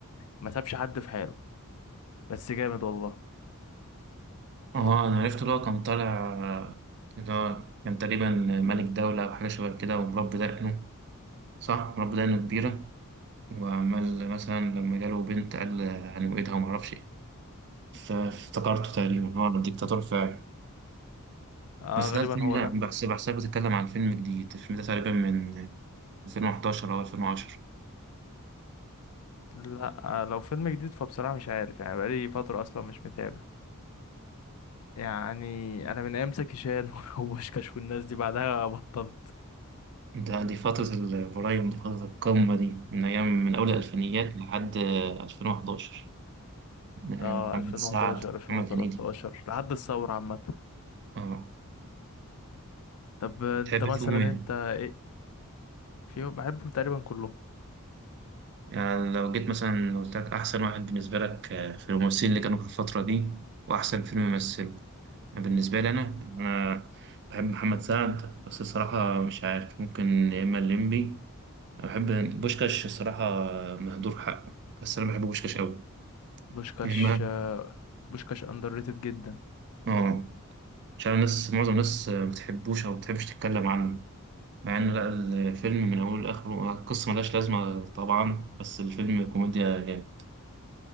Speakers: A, on the left; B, on the right.
A: ما سابش حد في حاله بس جامد والله
B: اه انا عرفت اللي هو كان طالع اللي هو كان تقريبا ملك دولة او حاجة شبه كده ومربي دقنه صح مربي دقنه كبيرة وعمال مثلا لما جاله بنت قال هنوقدها ومعرفش ايه فافتكرته تقريبا هو عن ديكتاتور فعلا
A: اه
B: بس ده
A: غالبا
B: الفيلم
A: هو ده
B: ده بس بحسها بتتكلم عن فيلم جديد الفيلم ده تقريبا من 2011 او 2010
A: لا آه لو فيلم جديد فبصراحة مش عارف يعني بقالي فترة اصلا مش متابع يعني انا من ايام زكي شان <laughs> وبوشكاش والناس دي بعدها بطلت
B: ده دي فترة البرايم دي فترة القمة دي من أيام من أول الألفينيات لحد 2011 محمد
A: اه 2011
B: سعد
A: 2013
B: محمد هنيدي
A: لحد الثورة عامة
B: اه
A: طب انت
B: تحب
A: مثلا
B: فيهم ايه؟
A: انت ايه في بحبه تقريبا كله
B: يعني لو جيت مثلا قلت لك أحسن واحد بالنسبة لك آه، في الممثلين اللي كانوا في الفترة دي وأحسن فيلم يمثله بالنسبة لي أنا أنا بحب محمد سعد بس الصراحة مش عارف ممكن يا إما الليمبي أنا بحب بوشكاش الصراحة آه، مهدور حقه بس أنا بحب بوشكاش أوي
A: بوشكاش
B: يا إما
A: آه، بوشكاش اندر ريتد جدا
B: آه مش عارف الناس معظم الناس آه، ما بتحبوش أو ما بتحبش تتكلم عنه مع إن لا الفيلم من أوله لآخره آه، القصة ملهاش لازمة طبعا بس الفيلم كوميديا جامد.